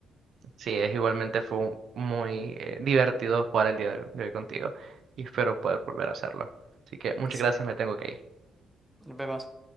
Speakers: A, on the right; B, in the centre.
A: Sí, es igualmente fue un- muy eh, divertido jugar el día de hoy contigo y espero poder volver a hacerlo. Así que muchas
B: Sí,
A: gracias, me tengo que ir.
B: nos vemos.